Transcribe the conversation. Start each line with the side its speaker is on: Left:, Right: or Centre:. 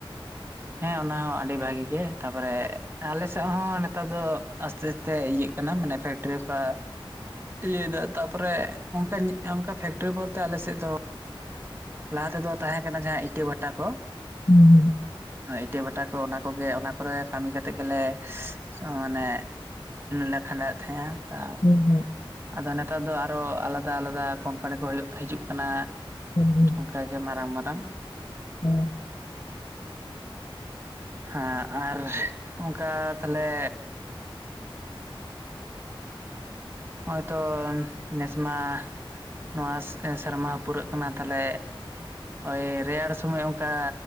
Right: ᱦᱮᱸ ᱚᱱᱟ ᱦᱚᱸ ᱟᱹᱰᱤ ᱵᱷᱟᱜᱤ ᱜᱮ ᱛᱟᱯᱚᱨᱮ ᱟᱞᱮᱥᱮᱫ ᱦᱚᱸ ᱱᱮᱛᱟᱨ ᱫᱚ ᱟᱥᱛᱮ ᱟᱥᱛᱮ ᱤᱭᱟᱹᱜ ᱠᱟᱱᱟ᱾ ᱢᱟᱱᱮ ᱯᱷᱴᱠᱟ ᱤᱭᱟᱹ ᱛᱟᱯᱚᱨᱮ ᱚᱱᱠᱟ ᱯᱷᱮᱠᱴᱨᱤ ᱵᱚᱞᱛᱮ ᱟᱞᱮ ᱟᱞᱮ ᱥᱮᱫ ᱫᱚ ᱞᱟᱦᱟ ᱛᱮᱫᱚ ᱛᱟᱦᱮᱸ ᱠᱟᱱᱟ ᱡᱟᱦᱟᱸ ᱤᱴᱟᱹ ᱵᱷᱟᱴᱟ ᱠᱚ᱾
Left: ᱦᱮᱸ ᱦᱩᱸ
Right: ᱮᱴᱟᱹ ᱵᱷᱟᱴᱟ ᱠᱚ ᱚᱱᱟ ᱠᱚᱜᱮ ᱚᱱᱟ ᱠᱚᱨᱮ ᱠᱟᱹᱢᱤ ᱠᱟᱛᱮᱜᱴ ᱜᱮᱞᱮ ᱢᱟᱱᱮ ᱞᱮ ᱠᱷᱟᱸᱰᱟᱣᱮᱫ ᱛᱟᱦᱮᱸᱜᱼᱟ᱾ ᱛᱟ
Left: ᱦᱩᱸ ᱦᱩᱸ
Right: ᱟᱫᱚ ᱱᱮᱛᱟᱨ ᱫᱚ ᱟᱨᱚ ᱟᱞᱟᱫᱟ ᱟᱞᱟᱫᱟ ᱠᱳᱢᱯᱟᱱᱤ ᱠᱚ ᱦᱤᱡᱩᱜ ᱠᱟᱱᱟ᱾
Left: ᱦᱩᱸ ᱦᱩᱸ
Right: ᱚᱱᱠᱟᱜᱮ ᱢᱟᱨᱟᱝ ᱢᱟᱨᱟᱝ
Left: ᱦᱩᱸ
Right: ᱦᱮᱸ ᱟᱨ ᱚᱱᱠᱟ ᱛᱟᱦᱞᱮ ᱦᱚᱸᱜᱼᱚᱭ ᱛᱚ ᱱᱮᱥᱢᱟ ᱱᱚᱣᱟ ᱥᱮᱨᱢᱟ ᱦᱚᱸ ᱯᱩᱨᱟᱹᱜ ᱠᱟᱱᱟ ᱛᱟᱦᱞᱮ ᱳᱭ ᱨᱮᱭᱟᱲ ᱥᱚᱢᱚᱭ ᱚᱱᱠᱟ